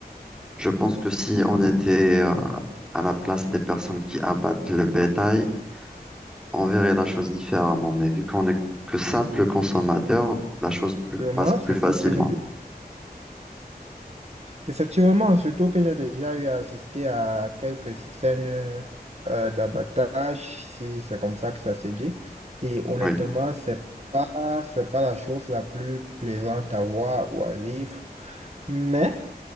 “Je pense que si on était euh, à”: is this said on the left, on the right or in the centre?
Centre